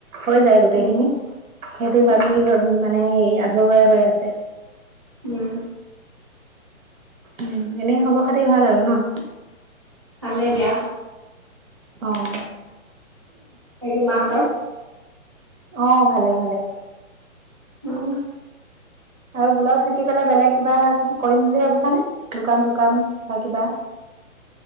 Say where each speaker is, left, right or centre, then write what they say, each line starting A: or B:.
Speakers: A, on the right; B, on the right.
A: হৈ যায় গোটেইখিনি
B: উম
A: সেইটো
B: উম
A: বাকী হয় মানে হে আ ধৰুৱাই হৈ আছে।
B: উম
A: উ এনে খবৰ খাতি ভাল আৰু ন
B: ভালে দিয়া
A: অ',
B: তাকে মাহ তৰ।
A: অ ভালে ভালে
B: অ
A: আৰু ব্লাউজ শিকি পেলাই বেলেগ কিবা কৰিম বুলি ভাবিছানে দোকান চোকান বা কিবা